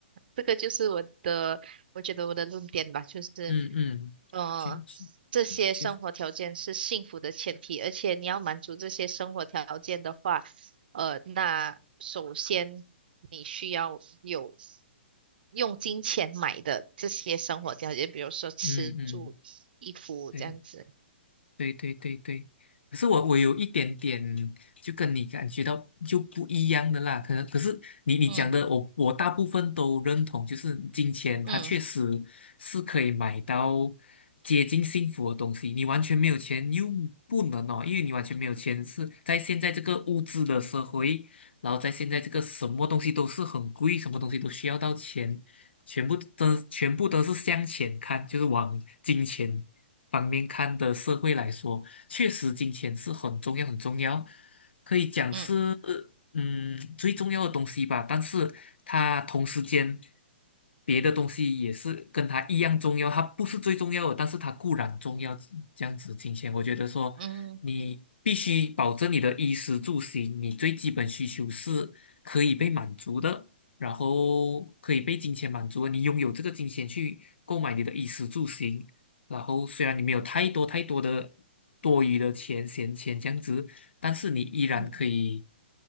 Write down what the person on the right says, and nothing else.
这个就是我的，我觉得我的论点吧，就是
呃，
这些生活条件是幸福的前提，
而且你要满足这些生活条件的话，呃，那首先你需要有用金钱买的这些生活条件，比如说吃住衣服这样子。
嗯
嗯
嗯
嗯
嗯